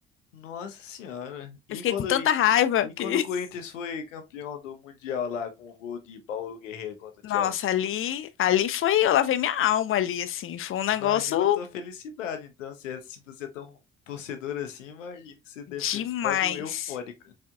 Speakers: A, on the left; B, on the left.
A: Nossa senhora. E
B: Eu fiquei
A: quando,
B: com tanta
A: e,
B: raiva
A: e- e quando
B: que,
A: o Corinthians
B: <laughs>
A: foi campeão do Mundial lá com o gol de Paulo Guerreiro contra o
B: nossa,
A: Chelsea?
B: ali, ali foi, eu lavei minha alma ali, assim, foi um negócio
A: Imagina a tua felicidade, então, se, é- se você é tão torcedor assim, imagina que você deve
B: demais.
A: ter ficado eufórico.